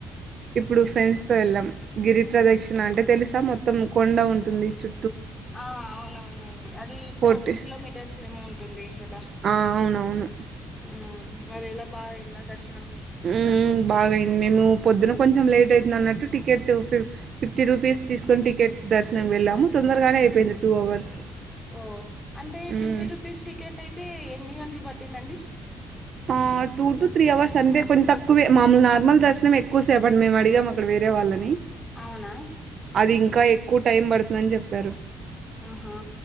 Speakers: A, on the right; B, on the left.
A: ఇప్పుడు ఫ్రెండ్స్ తో వెళ్ళాం గిరిప్రదక్షిణ అంటే తెలుసా మొత్తం కొండ ఉంటుంది చు
B: ఆ అవునవునండి అది
A: ఫోర్ట్
B: ఫోర్టీన్ కిలోమీటర్స్ ఏమో ఉంటుంది కదా
A: ఆ అవునవును
B: ఉమ్ మరేలా బాగాంద దర్శ
A: ఉం బాగాయింది మేము పొద్దున కొంచెం లేట్ అయితదన్నట్టు టికెట్ ఫిఫ్ ఫిఫ్టీ రూపీస్ తీసుకొని టికెట్ దర్శనం వెళ్ళాము తొందరగానే అయిపోయింది టూ టూ అవర్స్
B: ఓ అంటే
A: మ్మ్
B: ఫిఫ్టీ రూపీస్ టికెట్ అయితే ఎన్ని గంటలు పట్టిందండి
A: ఆ టూ టు త్రీ అవర్స్ అంటే కొన్ని తక్కువే మామూలు నార్మల్ దర్శనం ఎక్కువసేపండి మేము అడిగా మాక్కడ వే వేరే వాళ్ళని
B: అవునా
A: అది ఇంకా ఎక్కువ టైం పడుతుందని చెప్పారు
B: ఆహా